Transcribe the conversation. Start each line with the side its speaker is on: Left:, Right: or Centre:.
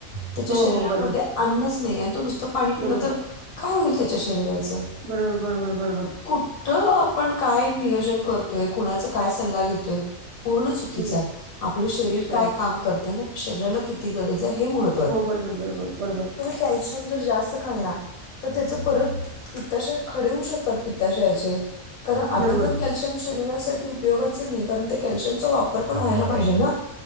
Left: त्याच्या
Right: हो
Left: शरीरामध्ये
Right: हो. बरोबर
Left: अन्नच नाही आणि तो नुसतं पाणी पिलं
Right: बरोबर
Left: तर काय होईल त्याच्या शरीराचं
Right: बरोबर बरोबर बरोबर
Left: कुठ आपण काय नियोजन करतोय कुणाचा काय सल्ला घेतोय पूर्ण चुकीचं
Right: हम्म
Left: आहे आपलं शरीर काय
Right: हो
Left: काम करत आणि आपल्या शरीराला किती गरज आहे हे महत्व
Right: हो बरोबर बरोबर बरोबर
Left: कॅल्शियम जर जास्त खाल्ला तर त्याचं परत पित्ताशयात खडे होऊ शकतात पित्ताशयाचे कारण आधी
Right: बरोबर
Left: पण कॅल्शियम शरीरासाठी उपयोगाचं नाही कारण ते कॅल्शियमचा वापर पण व्हायला पाहिजे ना